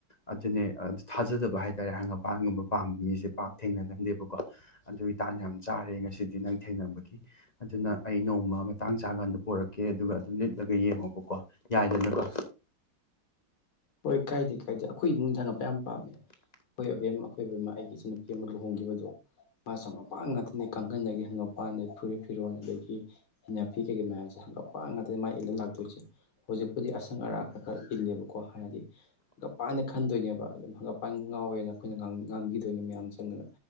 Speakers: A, on the left; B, on the left.
A: ꯑꯗꯨꯅꯦ ꯊꯥꯖꯗꯕ ꯍꯥꯏ ꯇꯥꯔꯦ ꯍꯪꯒꯄꯥꯟꯒꯨꯝꯕ ꯄꯥꯝꯕ ꯃꯤꯁꯦ ꯄꯥꯛ ꯊꯦꯡꯅꯒꯟꯗꯦꯕꯀꯣ ꯑꯗꯨꯒꯤ ꯇꯥꯟ ꯌꯥꯝ ꯆꯥꯔꯦ ꯉꯁꯤꯗꯤ ꯅꯪ ꯊꯦꯡꯅꯕꯒꯤ ꯑꯗꯨꯅ ꯑꯩ ꯅꯣꯡꯃ ꯃꯇꯥꯡ ꯆꯥꯀꯥꯟꯗ ꯄꯣꯔꯛꯀꯦ ꯑꯗꯨꯒ ꯑꯗꯨꯝ ꯂꯤꯠꯂꯒ ꯌꯦꯡꯉꯣꯕꯀꯣ ꯌꯥꯏꯗꯅꯀꯣ
B: ꯍꯣꯏ ꯀꯥꯏꯗꯦ ꯀꯩ ꯍꯥꯏꯗꯦ ꯑꯩꯈꯣꯏ ꯏꯨꯡꯗ ꯊꯪꯉꯛꯄ ꯌꯥꯝ ꯄꯥꯝꯃꯦ ꯑꯩꯈꯣꯏꯕꯦꯝ ꯑꯃ ꯑꯩꯈꯣꯏ ꯕꯦꯝꯃ ꯑꯩꯒꯤ ꯏꯆꯟꯅꯨꯄꯤ ꯑꯃ ꯂꯨꯍꯣꯡꯈꯤꯕꯗꯣ ꯃꯥꯁꯨ ꯍꯪꯒꯃꯄꯥꯡ ꯉꯥꯛꯇꯅꯤ ꯀꯥꯡꯒꯟꯗꯒꯤ ꯍꯪꯒꯥꯄꯟ ꯐꯨꯔꯤꯠ ꯐꯤꯔꯣꯟꯗꯒꯤ ꯀꯩꯗꯒꯤ ꯏꯟꯅꯐꯤ ꯀꯩꯀꯩ ꯃꯌꯥꯝꯁꯦ ꯍꯉꯥꯄꯥꯟ ꯃꯥꯥꯏ ꯏꯜꯂꯒ ꯂꯥꯛꯇꯣꯏꯁꯦ ꯍꯧꯖꯤꯛꯄꯨꯗꯤ ꯑꯁꯪ ꯑꯔꯥꯛ ꯈꯔ ꯈꯔ ꯏꯜꯂꯦꯕꯀꯣ ꯍꯥꯏ ꯍꯥꯏꯗꯤ ꯍꯪꯒꯞꯄꯥꯟꯁ ꯈꯟꯗꯣꯏꯅꯦꯕ ꯑꯗꯨꯝ ꯍꯪꯒꯄꯥꯟ ꯉꯥꯎꯋꯦꯅ ꯑꯩꯈꯣꯏꯅ ꯉꯥꯡꯕꯤꯗꯣꯏꯅꯤ ꯃꯌꯥꯝ ꯆꯪꯕꯅ